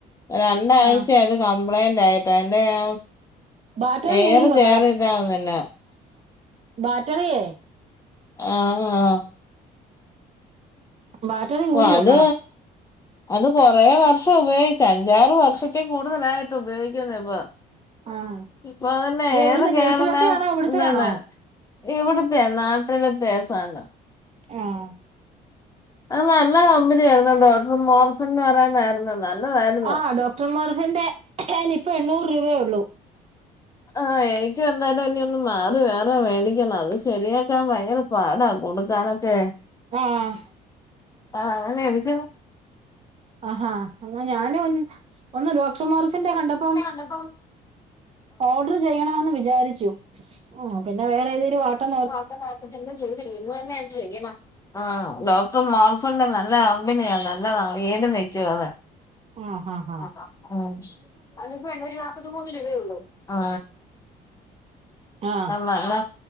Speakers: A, on the left; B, on the right.
A: രണ്ടാഴ്ച
B: ആ
A: അത് കംപ്ലൈന്റ് ആയിട്ടോ എന്റെറെ
B: ബാറ്ററി
A: എയർ
B: ഊരി വെക്കണം
A: കേയറിതാവുന്നുല്ല
B: ബാറ്ററിയേ
A: ആഹ് ആഹ്
B: ബാറ്ററി ഊരി
A: ഓ അത്
B: വെക്കണം
A: അത് കുറേ വർഷം ഉപയോഗിച്ചു അഞ്ചാറ് വർഷത്തി കൂടുതലായിട്ട് ഉപയോഗിക്കുന്നു ഇപ്പൊ
B: ആഹ്
A: ഇപ്പൊ അതന്നെ
B: അത് എവിടുന്ന്
A: ഏറെ കേയറുന്നാ
B: ഗൾഫിലത്തെ ആണോ ഇവിടുത്തെ
A: താണ്
B: ആണോ
A: ഇവിടത്തെ നാട്ടിലത്തെസാനം
B: ആഹ്
A: അത് നല്ല കമ്പനിയായിരുന്നുട്ടേഇപ്പം മോർസൺ എന്ന് പറയുന്നായിരുന്നുണ്ട് നല്ലതായിരുന്നു
B: ആഹ് ഡോക്ടർ മറഫിന്റെ ഇനിപ്പം എണ്ണൂറ് രൂപയേ ഉള്ളൂ
A: ആ എനക്ക് എന്താലും ഇനി ഒന്ന് മാറി വേറെ മേടിക്കണം അത് ശരിയാക്കാൻ ഭയങ്കര പടാ കൊടുക്കാനൊക്കെ
B: ആഹ്
A: ആഹ് അവർ എടുക്കുന്നില്ല
B: ആഹാ എന്ന ഞാൻ ഒന്ന് ഡോക്ടർ മാറുഫിന്റെ കണ്ടപ്പം
A: ഇപ്പം
B: ഓർഡർ ചെയ്യണമന്ന് വിചാരിച്ചു പിന്നെ വേറെ ഏതെങ്കിലും വാട്ടോർ
A: മാട്ടനട്ടത്തി ചെയ്ത് ചെയുന്നു തന്നെ എന്ത് ചെയ്യണം <unintelligible> ആ ഡോക്ടർ മോർഫന്റെ നല്ല കമ്പനിയാ നല്ലത ഈടി നിൽക്കു അത്
B: ഉം ഹാ ഹാ
A: ആഹ് ആഹ് അ അതിനിപ്പം എണ്ണൂറ്റി നാപ്പതി മൂന്ന് രൂപയെ ഉള്ളൂ ആ
B: ആഹ്
A: നല്ലത